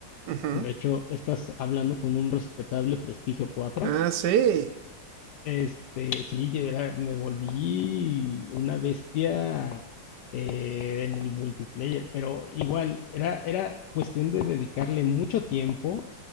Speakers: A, on the right; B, on the left.
A: Ujú.
B: De hecho, estás hablando con un respetable prestigio cuatro
A: Ah, sí.
B: Este, sí, yo era- me volví una bestia eh, en el multiplayer, pero igual era, era cuestión de dedicarle mucho tiempo,